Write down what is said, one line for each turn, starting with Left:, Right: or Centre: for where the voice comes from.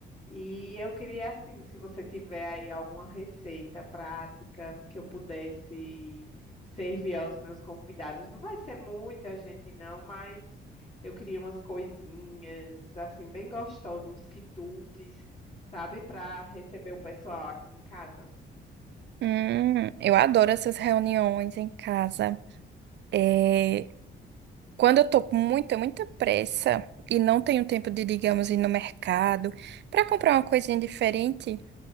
Left: E eu queria, assim, se você tiver aí alguma receita prática que eu pudesse servir aos meus convidados. Não vai ser muita gente, não, mas eu queria umas coisinhas, assim, bem gostosas, uns quitutes, sabe, para receber o pessoal aqui em casa.
Right: Hum, eu adoro essas reuniões em casa. É, quando eu tô com muita, muita pressa e não tenho tempo de, digamos, ir no mercado para comprar uma coisinha diferente,